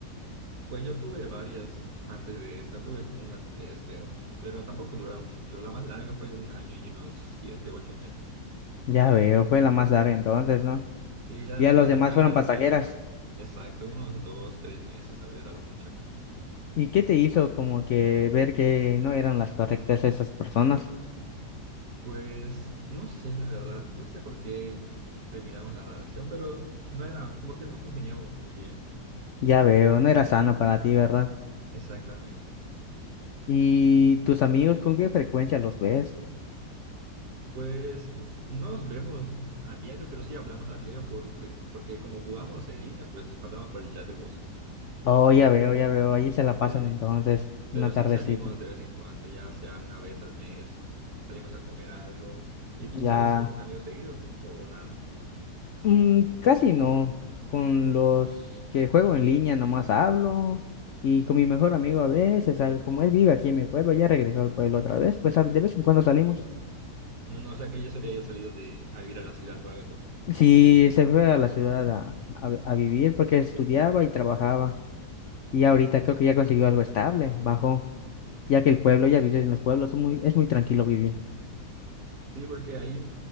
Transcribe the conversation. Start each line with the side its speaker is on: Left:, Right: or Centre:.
Right: Pues yo tuve varias antes de esta, tuve como unas tres, creo, pero tampoco duraron mucho. La más larga fue de un año y unos siete, ocho meses.
Left: Ya veo, fue la más larga entonces, ¿no?
Right: Sí, ya
Left: Ya
Right: las
Left: los demás
Right: demás
Left: fueron
Right: eran
Left: pasajeras.
Right: de, exacto, unos dos, tres meses, tal vez a lo mucho.
Left: ¿Y qué te hizo como que ver que no eran las correctas esas personas?
Right: Pues no sé, la verdad, no sé por qué terminamos la relación, pero no era, como que no congeniábamos muy bien,
Left: Ya veo, no era sano para ti, ¿verdad?
Right: exactamente.
Left: ¿Y tus amigos con qué frecuencia los ves?
Right: Pues no nos vemos a diario, pero sí hablamos a diario por, porque como jugamos en línea, pues hablamos por el chat de voz,
Left: Oh, ya veo, ya veo, ahí se la
Right: sí.
Left: pasan entonces,
Right: Pero
Left: una tardecita.
Right: sí salimos de vez en cuando, ya sea una vez al mes, salimos a comer algo. ¿Y tú
Left: Ya.
Right: sales con tus amigos seguidos o, o nada?
Left: Mm, casi no. Con los que juego en línea nomás hablo y con mi mejor amigo a veces, salgo. como él vive aquí en mi pueblo, ya regresó al pueblo otra vez, pues a- de vez en cuando salimos.
Right: No sé, que ya se había ido salido de a vivir a la ciudad o algo así.
Left: Sí, se fue a la ciudad a, a a vivir porque estudiaba y trabajaba y ahorita creo que ya consiguió algo estable, bajó, ya que el pueblo, ya vive en los pueblos, son muy, es muy tranquilo vivir.
Right: Sí, porque ahí,